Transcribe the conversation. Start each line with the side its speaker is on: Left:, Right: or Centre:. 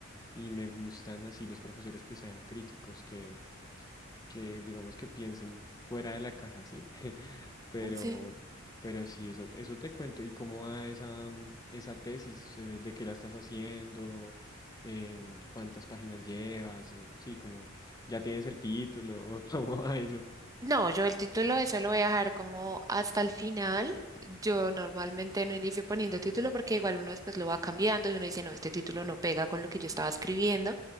Left: y me gustan así los profesores que sean críticos, que que digamos que piensen fuera de la caja, ¿sí? <laughs> Pero,
Right: Sí.
Left: pero sí, eso, eso te cuento. ¿Y cómo va esa, mm, esa tesis? eh, ¿De qué la estás haciendo? Em, ¿cuántas páginas llevas? O- Sí, como ya tienes el título, <laughs> o cómo va eso.
Right: No, yo el título eso lo voy a dejar como hasta el final. Yo normalmente no inicio poniendo título porque igual uno después lo va cambiando y uno dice, no, este título no pega con lo que yo estaba escribiendo.